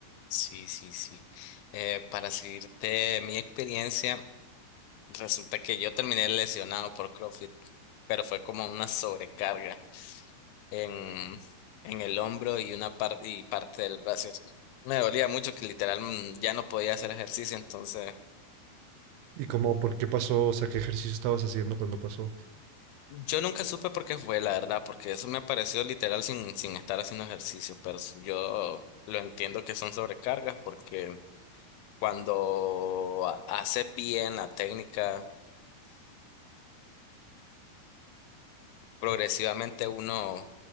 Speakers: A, on the left; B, on the right.
A: sí, sí, sí. Eh, para seguirte mi experiencia. Resulta que yo terminé lesionado por CrossFit, pero fue como una sobrecarga en, en el hombro y una parte y parte del brazo. Me dolía mucho que literal mm, ya no podía hacer ejercicio, entonces
B: Y como, ¿por qué pasó? O sea, ¿qué ejercicio estabas haciendo cuando pasó?
A: yo nunca supe por qué fue, la verdad, porque eso me apareció literal sin, sin estar haciendo ejercicio, pero su- yo lo entiendo que son sobrecargas porque cuando ha- haces bien la técnica, progresivamente uno